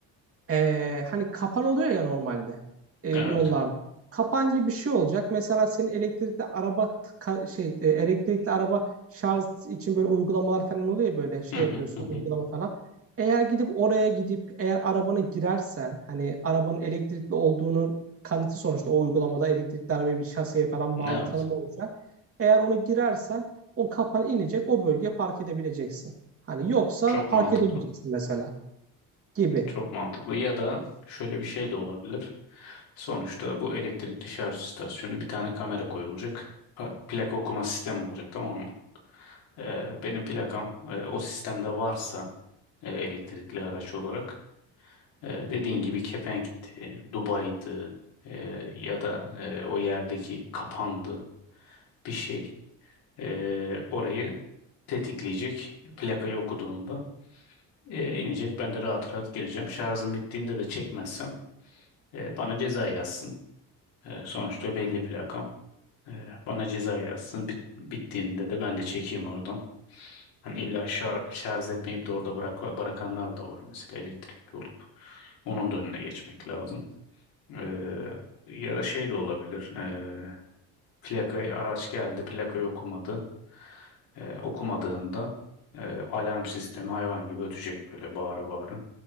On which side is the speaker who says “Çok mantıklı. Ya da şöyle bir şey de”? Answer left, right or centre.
Left